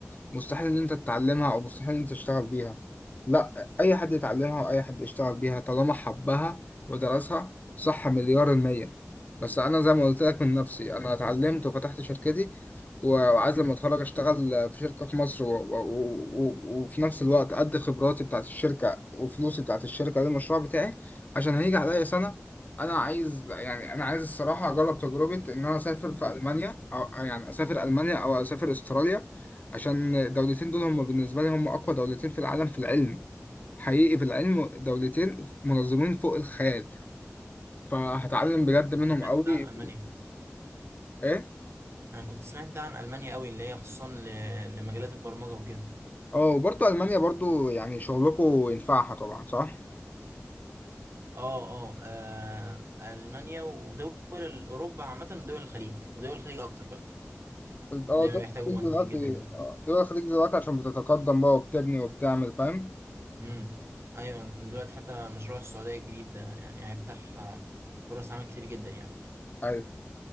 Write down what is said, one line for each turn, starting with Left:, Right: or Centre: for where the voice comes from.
Left: مستحيل ان انت تتعلمها او مستحيل ان انت تشتغل بيها لا اي حد يتعلمها واي حد يشتغل بيها طالما حبها ودرسها صح مليار المية بس انا زي ما قلت لك من نفسي انا اتعلمت وفتحت شركتي و- وعايز لما اتخرج اشتغل في شركة في مصر و... و... و... و- وفي نفس الوقت ادي خبراتي بتاعت الشركة وفلوسي بتاعت الشركة للمشروع بتاعي عشان هيجي عليا سنة أنا عايز يعني أنا عايز الصراحة أجرب تجربة إن أنا أسافر في ألمانيا أو أو يعني أسافر ألمانيا أو أسافر أستراليا عشان الدولتين دول هم بالنسبة لي هم أقوى دولتين في العالم في العلم حقيقي في العلم دولتين منظمين فوق الخيال فهتعلم بجد
Right: كنت
Left: منهم
Right: سمعت
Left: قوي
Right: ده عن المانيا
Left: إيه
Right: انا كنت سمعت ده عن المانيا قوي اللي هي خصوصا ل- لمجالات البرمجه وكده
Left: أه وبرضه ألمانيا برضه يعني شغلكوا ينفعها طبعا صح؟
Right: اه اه آه، المانيا ودول ال- اوروبا عامه ودول الخليج ودول الخليج اكتر بقى
Left: قلت أه
Right: دايما
Left: دول
Right: بيحتاجوا
Left: الخليج
Right: مهندسين
Left: دلوقتي
Right: جدا هناك
Left: أه دول الخليج دلوقتي عشان بتتقدم بقى وبتبني وبتعمل فاهم؟
Right: امم ايوه دلوقتي حتى مشروع السعوديه الجديد ده يعني هيفتح آه، فرص عمل كتير جدا يعني
Left: أيوه